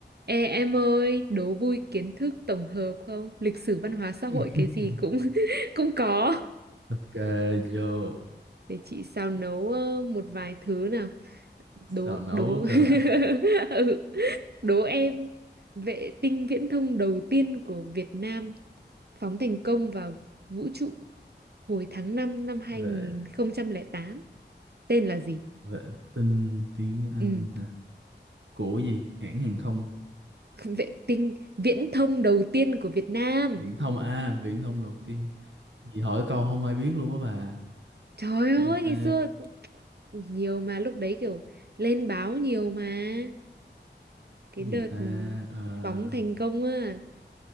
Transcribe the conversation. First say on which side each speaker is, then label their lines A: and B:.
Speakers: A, on the right; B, on the right.
A: Ê em ơi, đố vui kiến thức tổng hợp không? Lịch sử văn hóa xã
B: <laughs>
A: hội cái gì cũng <laughs> cũng có.
B: Ok vô
A: Để chị xào nấu ờ, một vài thứ nào.
B: xào
A: Đố
B: nấu
A: đố <laughs>
B: cơ à
A: ừ. Đố em vệ tinh viễn thông đầu tiên của Việt Nam phóng thành công vào vũ trụ hồi tháng 5 năm hai
B: vệ
A: nghìn không trăm lẻ tám Tên là gì?
B: vệ tinh tiếng Anh
A: Ừ.
B: hả của gì hãng hàng không
A: Vệ tinh viễn thông đầu tiên của Việt Nam.
B: viễn thông à viễn thông đầu tiên gì hỏi câu không ai biết luôn á bà
A: Trời ơi,
B: cái gì
A: ngày
B: ta
A: xưa nhiều mà lúc đấy kiểu lên báo nhiều mà cái
B: cái
A: đợt
B: gì ta Ờ,
A: phóng thành công á